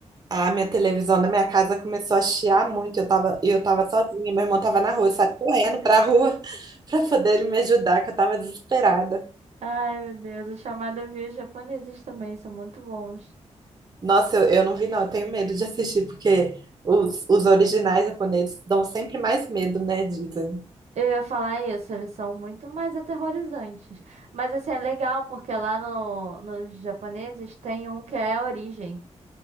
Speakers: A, on the right; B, on the right.
A: a minha televisão da minha casa começou a chiar muito. Eu tava, e eu tava sozinha, meu irmão tava na rua, eu saí correndo pra rua <laughs> pra poder ele me ajudar, que eu tava desesperada.
B: Ai, meu Deus, o chamado eu vi os japoneses também, são muito bons.
A: Nossa, eu, eu não vi, não, eu tenho medo de assistir, porque os, os originais japoneses dão sempre mais medo, né? Dizem.
B: Eu ia falar isso, eles são muito mais aterrorizantes. Mas assim, é legal, porque lá no, nos japoneses tem um que é a origem.